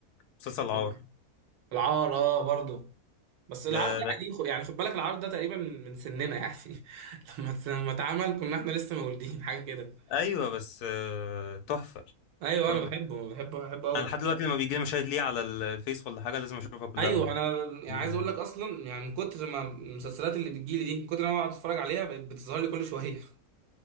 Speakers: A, on the left; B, on the right.
A: مسلسل العار
B: مم. العار اه برضه بس العرض
A: ده,
B: ده
A: ده
B: قديم خ- يعني خد بالك العرض ده تقريبا من من سننا يعني <laughs> لما ت- لما اتعمل كنا احنا لسه مولودين حاجه كده
A: ايوه بس آه، تحفة
B: ايوه
A: برضو
B: انا بحبه بحبه بحبه قوي
A: انا لحد دلوقتي لما بيجي لي مشاهد ليه على الفيس ولا حاجة لازم اشوفها كلها
B: ايوه انا يعني
A: <laughs>
B: عايز اقول لك اصلا يعني من كتر ما المسلسلات اللي بتجيلي دي من كتر ما أنا بقعد اتفرج عليها بقت بتظهر لي كل شويه <laughs>